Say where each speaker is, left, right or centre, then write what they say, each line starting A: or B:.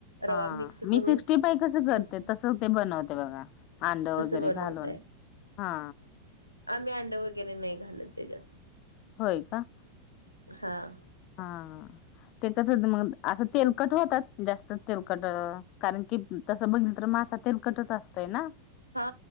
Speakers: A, on the left (about 85°); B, on the left (about 40°).
A: रवा
B: हा,
A: मिक्स
B: मी
A: करून
B: सिक्स्टी फाय कस करत्यात,
A: मस्त
B: तसं ते बनवते बघा. अंड
A: तसं
B: वगैरे
A: बनवताय
B: घालून, हा.
A: आम्ही अंड वगैरे नाही घालत त्याच्यात.
B: होय का?
A: हां.
B: हा, ते कस होत मग, असं तेलकट होतात. जास्तच तेलकट, कारण कि, तसं बघितलं तर मासा तेलकटच असतय ना.
A: हा,